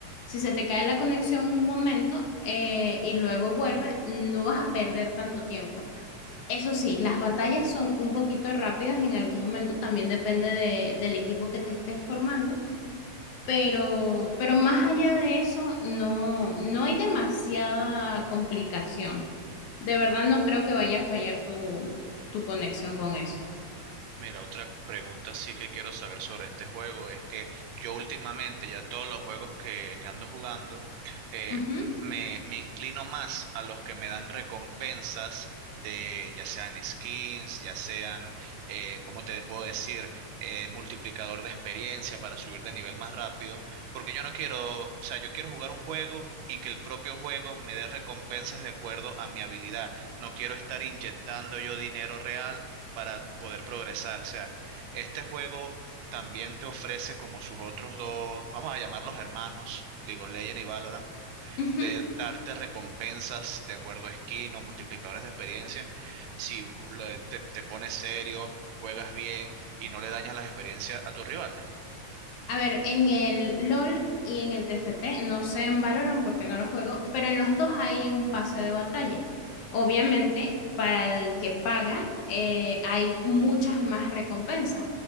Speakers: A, on the left; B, on the right.
A: si se te cae la conexión un momento eh, y luego vuelve, no vas a perder tanto tiempo. Eso sí, las batallas son un poquito rápidas en algún momento, también depende de- del equipo que te estés formando pero, pero más allá de eso, no, no hay demasiada complicación. De verdad
B: Vale.
A: no creo que vaya a fallar tu, tu conexión con eso.
B: Mira, otra pregunta sí que quiero saber sobre este juego es que yo últimamente ya todos los juegos que, que ando jugando eh,
A: Ujú,
B: me, me inclino más a los que me dan recompensas de ya sean skins, ya sean, eh, ¿cómo te puedo decir? Eh, multiplicador de experiencia para subir de nivel más rápido, porque yo no quiero, o sea, yo quiero jugar un juego y que el propio juego me dé recompensas de acuerdo a mi habilidad. No quiero estar inyectando yo dinero real para poder progresar. O sea, este juego también te ofrece como sus otros dos, vamos a llamarlos hermanos, League of Legends y Valorant,
A: ujú.
B: de darte recompensas de acuerdo a skin o multiplicadores de experiencia. Si lo te, te pones serio, juegas bien y no le dañas las experiencias a tus rivales.
A: A ver, en el LOL y en el TFT no se en Valorant porque no lo juego, pero en los dos hay un pase de batalla. Obviamente, para el que paga, eh, hay muchas más recompensas.